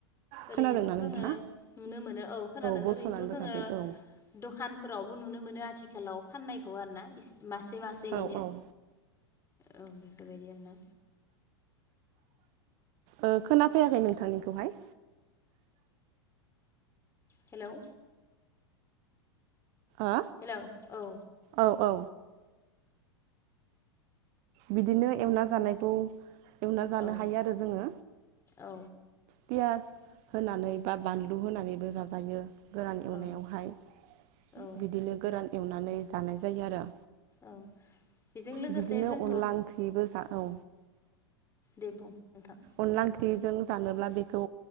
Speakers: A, on the right (about 45°); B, on the left (about 20°).
A: खोनादोंना
B: ओरैनोथ'
A: नोंथाङा
B: जोङो नुनो मोनो औ खोनादों
A: बस'नानैबो
B: ओरैनोथ' जोङो
A: जाजायो
B: दखानफोरावबो नुनो मोनो आ थिखालाव फाननायखौ आरो ना मासे मासेयैनो
A: औ औ
B: औ बेफोरबायदि आरोना
A: ओ खोनाफैयाखै नोंथांनिखौहाय
B: हेलौ
A: ओ
B: हेलौ औ
A: औ औ बिदिनो एवना जानायखौ एवना जानो
B: औ
A: हायो आरो जोङो
B: औ
A: पियास होनानै बा बानलु होनानैबो जाजायो गोरान एवनायावहाय
B: औ औ
A: बिदिनो गोरान एवनानै जानाय जायो आरो
B: औ बेजों लोगोसे
A: बिदिनो
B: जों
A: अनला ओंख्रिबो जा औ
B: दे बुं नोंथां
A: अनला ओंख्रिजों जानोब्ला बेखौ